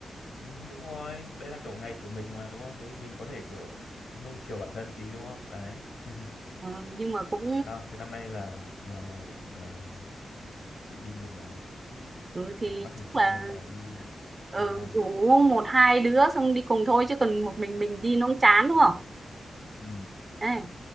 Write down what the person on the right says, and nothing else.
ừ, nhưng mà cũng
ừ, thì
chắc
là
ừ,
rủ một hai đứa xong đi cùng thôi chứ còn một mình mình đi nó cũng chán đúng không
Đây,